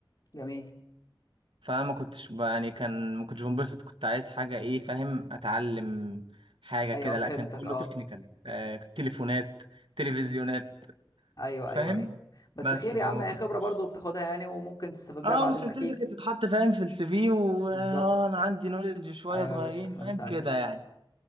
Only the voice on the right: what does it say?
فانا ما كنتش ب- يعني كان ما كنتش بنبسط كنت عايز حاجه ايه فاهم اتعلم حاجه
كده
لا كان كله
تكنيكال آه، تليفونات تلفزيونات
فاهم
بس
فما
كنتش
اه
وسيرتيفيكت
تتحط فاهم في السي في واه
انا عندي نولج شويه
صغيرين
فاهم
كده يعني